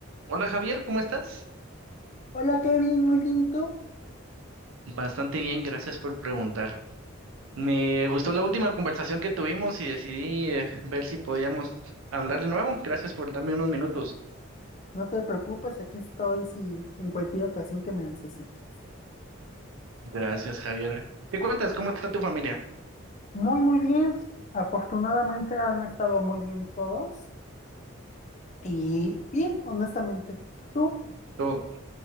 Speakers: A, on the right; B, on the left.
A: Hola Javier, ¿cómo estás?
B: Hola Kevin, muy bien, ¿y tú?
A: Bastante bien, gracias por preguntar. Me gustó la última conversación que tuvimos y decidí eh, ver si podíamos hablar de nuevo. Gracias por darme unos minutos.
B: No te preocupes, aquí estoy si en cualquier ocasión que me necesites.
A: Gracias, Javier. ¿Qué cuentas? ¿Cómo está tu familia?
B: Muy, muy bien. Afortunadamente han estado muy bien todos. Y bien, honestamente. ¿Tú?
A: Todo.